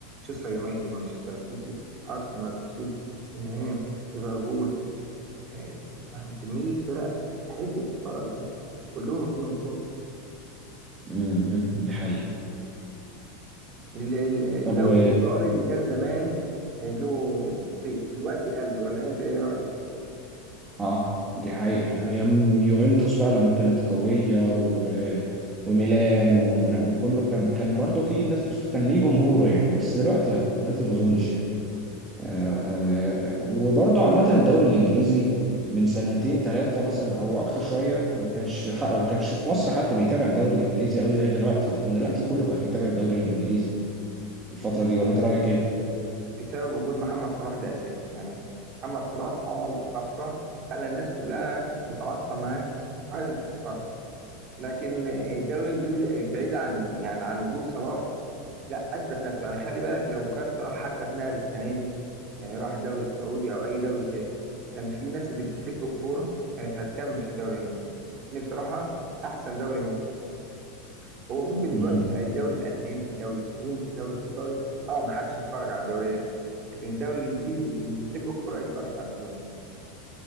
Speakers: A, on the right; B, on the right.
A: مانشستر يونايتد مانشستر سيتي ارسنال تشيلسي توتنهام ليفربول آه يعني كميه فرق تحب تتفرج عليهم كلهم فيهم كوره
B: امم دي حقيقة
A: ال- ال- الدوري
B: طب و
A: الايطالي اللي كان زمان آه، له صيت دلوقتي قل ولا انت ايه رايك
B: اه دي حقيقة ايام يوفنتوس بقى لما كانت قوية و... وميلان وهن- وكله كان كان برضه في ناس بت... كان ليه جمهوره يعني بس دلوقتي لا دلوقتي ما اظنش يعني. آه، آه، وبرضه عامة الدوري الإنجليزي من سنتين ثلاثة مثلا أو أكتر شوية ما كانش ح- ما كانش في مصر حد بيتابع الدوري الإنجليزي أوي زي دلوقتي لكن دلوقتي كله بقى بيتابع الدوري الإنجليزي الفترة دي ولا أنت رأيك إيه؟
A: بسبب وجود محمد صلاح ده اساسي يعني محمد صلاح عمل طفره خلى الناس كلها متعاطفه معاه وعايزه تتفرج لكن الدوري الانجليزي بعيد عن يعني عن وجود صلاح لا اثبت نفسه يعني خلي بالك لو كان صلاح حتى اتنقل السنه دي آه، راح الدوري السعودي او اي دوري تاني كان في ناس اللي بتحب الكوره كانت هتكمل في الدوري الانجليزي لان بصراحه احسن دوري موجود في العالم هو ممكن
B: امم
A: دلوقتي الدوري الالماني الدوري الفرنسي الدوري الايطالي اه محدش يتفرج على الدوريات دي لكن الدوري الانجليزي اللي بيحب الكرة يتفرج على الدوري الانجليزي